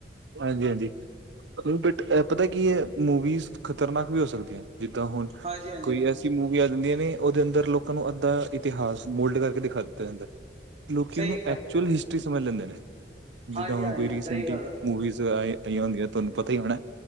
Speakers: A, on the right; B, on the right.
A: ਹਾਂਜੀ- ਹਾਂਜੀ। ਬਟ ਪਤੈ ਕੀ ਐ ਮੂਵੀਜ਼ ਖ਼ਤਰਨਾਕ ਵੀ ਹੋ ਸਕਦੀਆਂ ਜਿੱਦਾਂ ਹੁਣ
B: ਹਾਂਜੀ ਹਾਂਜੀ
A: ਕੋਈ ਮੂਵੀ ਆ ਜਾਂਦੀਆਂ ਨੇ ਉਹਦੇ ਅੰਦਰ ਲੋਕਾਂ ਨੂੰ ਅੱਧਾ ਇਤਿਹਾਸ ਮੋਲਡ ਕਰਕੇ ਦਿਖਾ ਦਿੱਤਾ ਜਾਂਦੈ ਲੋਕੀ
B: ਸਹੀ
A: ਉਹਨੂੰ
B: ਕਿਹਾ
A: ਐਕਚੁਅਲ ਹਿਸਟਰੀ ਸਮਝ ਲੈਂਦੇ ਨੇ ਜਿੱਦਾਂ
B: ਹਾਂਜੀ
A: ਹੁਣ
B: ਹਾਂਜੀ
A: ਕੋਈ ਰੀਸੈਂਟੀ
B: ਸਹੀ ਗੱਲ ਆ
A: ਮੂਵੀਜ ਆਏ ਆਈਆਂ ਹੁੰਦੀਐਂ ਤੁਹਾਨੂੰ ਪਤੈ ਹੀ ਹੋਣੈ